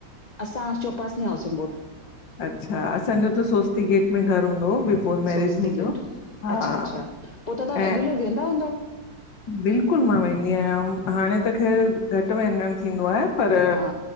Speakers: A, on the left (about 30°); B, on the left (about 70°).
A: असां, चौपासींनी हाउसिंग बोर्ड।
B: अच्छा! असांजो त सोस्ती गेट में घरु हूंदो हो। बिफोर मैरिज
A: सोस्ती
B: मुंहिंजो।
A: गेट,
B: हा
A: अच्छा, अच्छा! पोइ त तव्हां
B: ऐं
A: रेग्युलर वेंहदा हूंव?
B: बिल्कुलु मां वेंदी आहियां। हाणे त ख़ैरु! घटि विञण थींदो आहे। पर,
A: हा